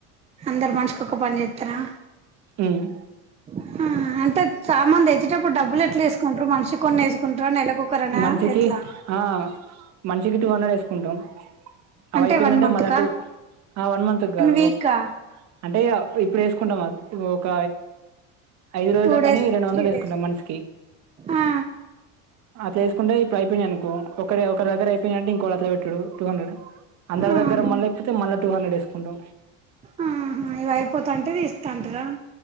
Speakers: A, on the right; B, on the right.
A: అందరు మనిషికొక్క పని జేత్తరా
B: ఉమ్
A: ఉమ్ అంత సామాన్ తెచ్ ఇచ్చేటప్పుడుడబ్బులేట్లేసుకుంటరు మనిషి కొన్ని యేసుకుంటర నెలకొక్కరనా
B: మనిషికి
A: ఎట్ల
B: ఆ మనిషికి టూ హండ్రెడ్ యేసుకుంటం అవయిపోయిందంటే
A: అంటే వన్ మంత్
B: మళ్ళా
A: కా
B: టు ఆ వన్ మంత్ కాదు
A: వీక్ కా
B: అంటే ఇగ ఇప్పుడు వేసుకుంటాం ఒక ఐదు రోజుల
A: టూ డేస్
B: కాని రెండు
A: త్రీ
B: వందలు వేసుకుంటాం
A: డేస్
B: మనిష
A: ఆ
B: అ తేసుకుంటే ఇప్పుడు అయిపోయినయనుకో ఒ అక్కడే ఒకరి దగ్గరయిపోయినంటె ఇంకో అట్లే పెట్టుడు టూ హండ్రెడ్ అందరి
A: ఆహా
B: దగ్గర మళ్ళ ఎక్కితే మళ్ళ టూ హండ్రడ్ వేసుకుంటాం
A: ఉహు ఇవి అయిపోతంటే ఇస్తాంటార